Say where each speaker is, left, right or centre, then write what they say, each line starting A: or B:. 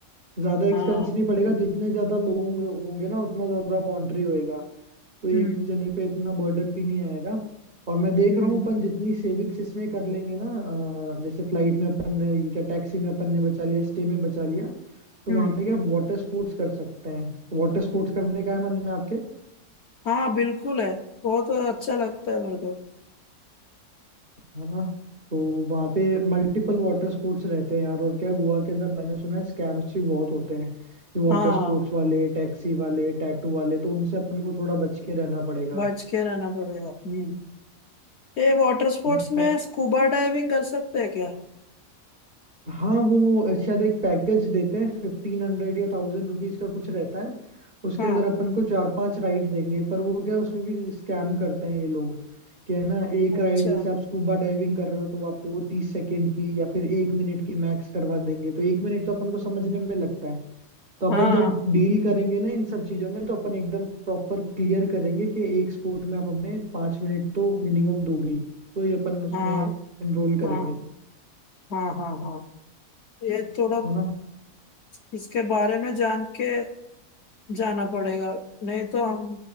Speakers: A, on the right; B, on the left.
A: ज्यादा एक्सपेंस
B: हाँ
A: नहीं पड़ेगा जितने ज्यादा लोग होंगे होंगे ना उतना ज्यादा कंट्री होएगा तो एक
B: हम्म
A: जने पे इतना बर्डन भी नहीं आएगा और मैं देख
B: हम्म
A: रहा हूँ अपन जितनी सेविंग्स इसमें कर लेंगे ना अ, जैसे फ्लाइट में अपन ने ये क्या टैक्सी में अपन ने बचा लिया स्टे में बचा लिया तो
B: हम्म
A: वहां पे क्या वाटर स्पोर्ट्स कर सकते हैं वाटर स्पोर्ट्स करने का है मन में आपके
B: हाँ बिल्कुल है बहुत अच्छा लगता है मेरे को
A: है ना तो वहाँ पे मल्टीपल वाटर स्पोर्ट्स रहते हैं यार और क्या गोवा के अंदर मैंने सुना है स्कैम्स भी बहुत होते हैं ये वाटर
B: हाँ
A: स्पोर्ट्स वाले टैक्सी वाले टैटू वाले तो उनसे अपन को थोड़ा बच के रहना पड़ेगा
B: बच के रहना पड़ेगा हम्म ये वाटर स्पोर्ट्स
A: हम्म, औ-
B: में स्कूबा डाइविंग कर सकते हैं क्या
A: हाँ वो शायद एक पैकेज देते हैं फिफ्टीन हंड्रेड या थाउजेंड रुपीज का कुछ रहता है उसके
B: हाँ
A: अंदर अपन को चार पांच राइड देंगे पर वो क्या उसमें भी स्कैम करते हैं ये लोग कि है ना एक
B: अच्छा
A: राइड जैसे आप स्कूबा डाइविंग कर रहे हो तो वो आपको वो तीस सेकेंड की या फिर एक मिनट की मैक्स करवा देंगे तो एक मिनट तो अपन को समझने में लगता है तो अपन
B: हाँ
A: जब डील करेंगे ना इन सब चीजों में तो अपन एकदम प्रॉपर क्लियर करेंगे कि एक स्पोर्ट में आप हमें पांच मिनट तो मिनिमम दोगे ही तो ये अपन उसमें
B: हाँ
A: इनरोल करेंगे
B: हाँ हाँ हाँ हाँ ये थोड़ा
A: है ना
B: इसके बारे में जान के जाना पड़ेगा नहीं तो हम